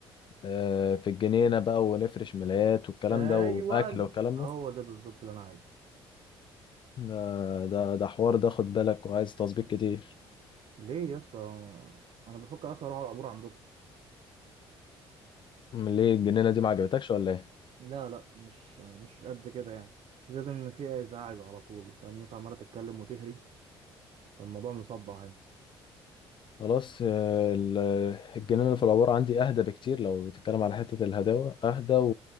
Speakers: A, on the left; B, on the right.
A: آه، في الجنينه بقى ونفرش ملايات والكلام
B: ايوه
A: ده واكل والكلام
B: هو
A: ده
B: ده بالظبط اللي انا عايزه
A: ده ده, ده حوار ده خد بالك وعايز تظبيط كتير
B: ليه يا اسطى انا بفكر اصلا اروح على العبور عندكم
A: ليه الجنينه دي ما عجبتكش ولا ايه
B: لا لا مش مش قد كده يعني زاد ان في ازعاج على طول فالناس عماله تتكلم وتهري الموضوع مصدع هنا
A: خلاص آه، ال- الجنينة اللي في العبور عندي أهدى بكتير لو بتتكلم على حتة الهداوة أهدى و...